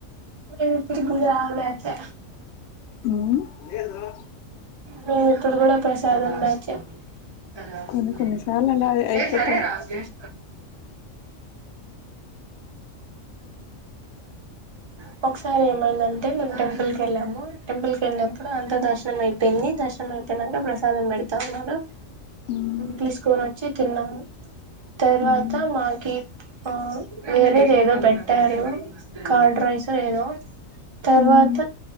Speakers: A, on the right; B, on the left.
A: నేను ఇప్పుడికి కూడా ఆ బ్యాచే
B: ఆ లేదు రా
A: నేను ఇప్పుడు కూడా ప్రసాదం బ్యాచ్ <unintelligible>
B: కొన్ని కొన్ని సార్లు అలా అయిపోతాం
A: <unintelligible> ఒకసారి ఏమైందంటే మేము టెంపుల్ కి ఎళ్ళామూ. టెంపుల్ కి ఎళ్ళినప్పుడు అంత దర్శనం అయింది. వెల్లి దర్శనం అయిపోయినంక ప్రసాదం పెడతారు కదా.
B: ఉమ్
A: తీసుకొని వచ్చి తిన్నాము తర్వాత
B: ఉమ్
A: మాకి ఆ వేరే ఏదో పెట్ తారు కర్డ్ రైస్ లేదు తర్వాత
B: ఉమ్